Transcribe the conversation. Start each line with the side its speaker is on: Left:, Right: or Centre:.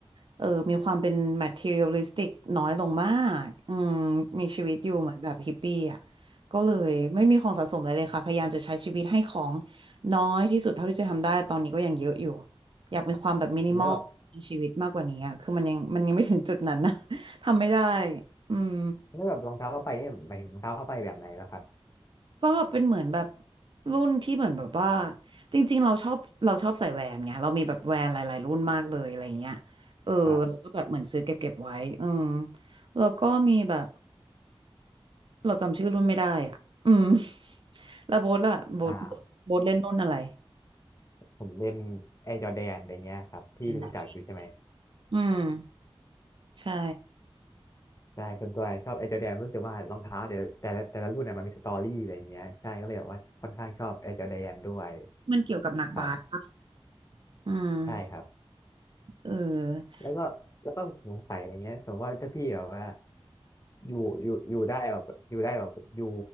Right: เออมีความเป็น materialistic น้อยลงมากอืมมีชีวิตอยู่เหมือนแบบฮิปปี้อ่ะก็เลยไม่มีของสะสมอะไรเลยค่ะพยายามจะใช้ชีวิตให้ของน้อยที่สุดเท่าที่จะทำได้ตอนนี้ก็ยังเยอะอยู่อยากมีความแบบมินิมอลในชีวิตมากกว่านี้อ่ะคือมันยังมันยังไม่ถึงจุดนั้นนะ
Left: แล้วแบบ
Right: <laughs> ทำไม่ได้อืม
Left: แล้วแบบรองเท้าผ้าใบนี่หมายถึงรองเท้าผ้าใบแบบไหนแล้วครับ
Right: ก็เป็นเหมือนแบบรุ่นที่เหมือนแบบว่าจริงๆเราชอบเราชอบใส่แหวนไงเรามีแบบแหวนหลายๆรุ่นมากเลยอะไรเงี้ยเออแล้วก็แบบเหมือนซื้อเก็บเก็บไว้อืม
Left: ครับ
Right: แล้วก็มีแบบเราจำชื่อรุ่นไม่ได้อ่ะอืม <laughs> แล้วโบ๊ทล่ะโบ๊ท
Left: อ่า
Right: โบ๊ทเล่นรุ่นอะไร
Left: ผมเล่นแอร์จอแดนอะไรเงี้ยครับพี่รู้จักอยู่ใช่ไหม
Right: นาคิอืมใช่
Left: ใช่ส่วนตัวชอบแอร์จอแดนรู้สึกว่ารองเท้าเดี๋ยวแต่ละแต่ละรุ่นน่ะมันมีสตอรี่อะไรอย่างเงี้ยใช่ก็เลยแบบว่าค่อนข้างชอบแอร์จอแดนด้วย
Right: มันเกี่ยวกับหนักบาสปะ
Left: ครับ
Right: อืม
Left: ใช่ครับ
Right: เออ
Left: แล้วก็แล้วก็สงสัยอะไรเงี้ยสมมติว่าถ้าพี่แบบว่าอยู่อยู่อยู่ได้แบบอยู่ได้แบบอยู่